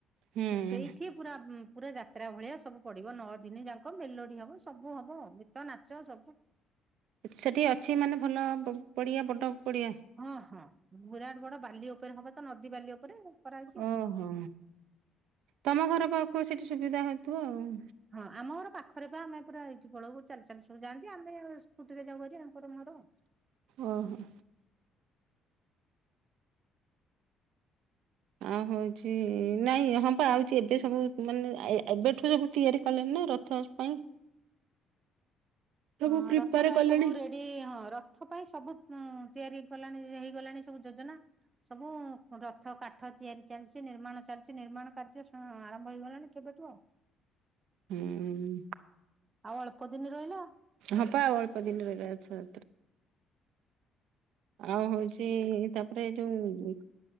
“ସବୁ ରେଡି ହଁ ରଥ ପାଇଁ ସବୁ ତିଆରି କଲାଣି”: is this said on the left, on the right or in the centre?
Right